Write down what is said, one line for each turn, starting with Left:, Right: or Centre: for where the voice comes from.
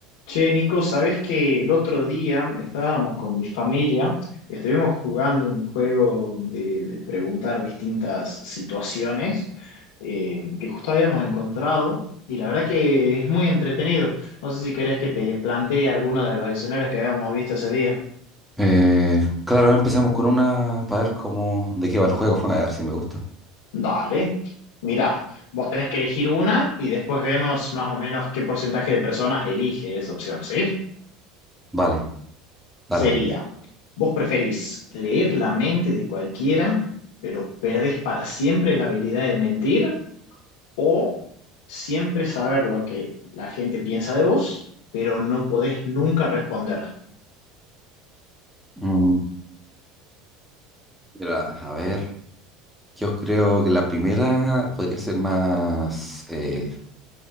Left: Che, Nico, sabes que el otro día estábamos con mi familia y estuvimos jugando un juego de, de preguntar distintas situaciones eh, que justo habíamos encontrado y la verdad que es muy entretenido. No sé si querés que te plantee alguno de los escenarios que habíamos visto ese día.
Centre: Eh, claro, empecemos con una para ver cómo, de qué va el juego, <laughs> a ver si me gusta.
Left: Dale. Mirá, vos tenés que elegir una y después vemos más o menos qué porcentaje de personas elige esa opción, ¿sí?
Centre: Vale, dale,
Left: sería,
Centre: dale.
Left: vos preferís leer la mente de cualquiera, pero perdés para siempre la habilidad de mentir, o siempre saber lo que la gente piensa de vos, pero no podés nunca responder.
Centre: Mm, mira, a ver, yo creo que la primera podría ser más, eh,